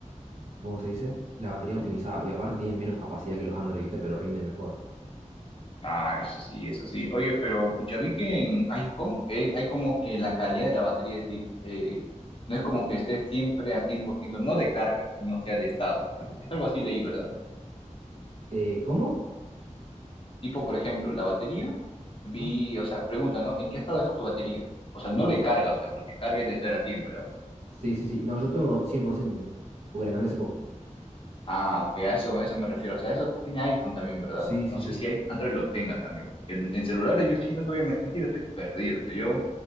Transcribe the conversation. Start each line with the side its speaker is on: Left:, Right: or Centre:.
Right: ¿cómo se dice? La batería optimizada. Y aparte tienen menos capacidad que los Android, viste, pero rinden mejor.
Left: Ah, eso sí, eso sí. Oye, pero pucha, vi que en iPhone eh, hay como que la calidad de la batería, es decir, eh, no es como que esté siempre a 100%, no de carga, sino sea de estado. Es algo así leí, ¿verdad?
Right: Eh, ¿cómo?
Left: Tipo, por ejemplo, la batería, vi,
Right: Ajá.
Left: o sea, pregunta, ¿no? ¿En qué estado está tu batería? O sea, no
Right: Y
Left: de carga, o sea, porque carga es de 0 a 100, ¿verdad?
Right: sí, sí, sí. No, yo tengo 100% tengo, porque la cambié hace poco.
Left: Ah, ok, a eso, a eso me refiero. O sea, eso tiene iPhone también, ¿verdad?
Right: Sí, sí,
Left: No sé
Right: sí.
Left: si hay- Android lo tenga también, porque en celulares yo sí, no te voy a mentir, estoy perdido. O sea, yo